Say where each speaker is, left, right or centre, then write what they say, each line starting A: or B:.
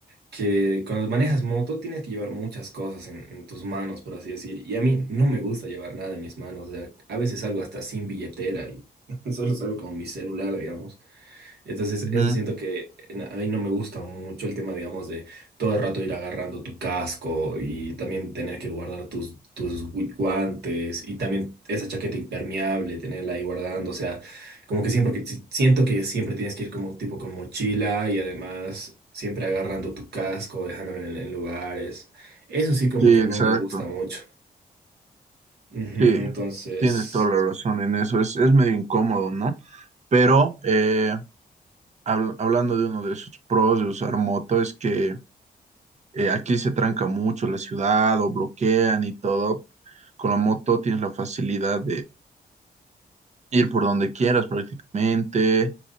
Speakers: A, on the right; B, on the right.
A: que cuando manejas moto tienes que llevar muchas cosas en, en tus manos, por así decir. Y a mí no me gusta llevar nada en mis manos. O sea, a veces salgo hasta sin billetera y <laughs> solo salgo con mi celular, digamos. Entonces,
B: Ujú.
A: eso siento que en- a mí no me gusta mucho el tema, digamos, de todo el rato ir agarrando tu casco y también tener que guardar tus, tus gui- guantes y también esa chaqueta impermeable, tenerla ahí guardando. O sea, como que siempre, que si- siento que siempre tienes que ir como tipo con mochila y además siempre agarrando tu casco, dejándolo en, en lugares. Eso sí como
B: Sí,
A: que no
B: exacto.
A: me gusta mucho. Ujú,
B: Sí,
A: entonces,
B: tienes toda la razón en eso. Es, es medio incómodo, ¿no? Pero eh, habl- hablando de uno de sus pros de usar moto, es que eh, aquí se tranca mucho la ciudad o bloquean y todo. Con la moto tienes la facilidad ir por donde quieras prácticamente,